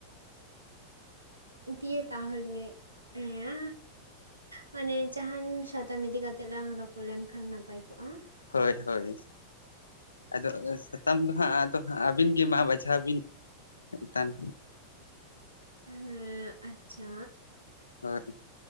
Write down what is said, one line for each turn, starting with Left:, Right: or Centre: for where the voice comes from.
Right: ᱫᱤᱭᱮ ᱛᱟᱦᱚᱞᱮ ᱮᱧᱟ ᱢᱟᱱᱮ ᱡᱟᱦᱟᱱ ᱥᱟᱛᱟᱢ ᱤᱫᱤ ᱠᱟᱛᱮᱜ ᱞᱟᱝ ᱨᱚᱯᱚᱲ ᱞᱮᱱᱠᱷᱟᱱ ᱱᱟᱯᱟᱭ ᱠᱚᱜᱼᱟ᱾
Left: ᱦᱳᱭ ᱦᱳᱭ ᱟᱫᱚ ᱥᱟᱛᱟᱢ ᱫᱚ ᱦᱟᱸᱜ ᱟᱫᱚ ᱟᱹᱵᱤᱱ ᱜᱮ ᱢᱟ ᱵᱟᱪᱷᱟᱣ ᱵᱤᱱ ᱢᱤᱫ ᱴᱟᱝ
Right: ᱦᱮᱸ ᱟᱪᱪᱷᱟ
Left: ᱦᱳᱭ